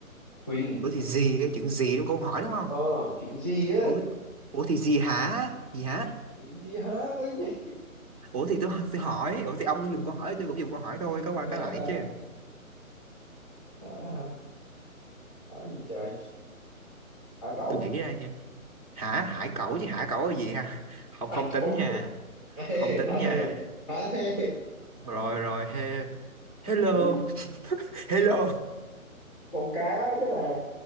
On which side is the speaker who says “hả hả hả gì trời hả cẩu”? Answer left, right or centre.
Left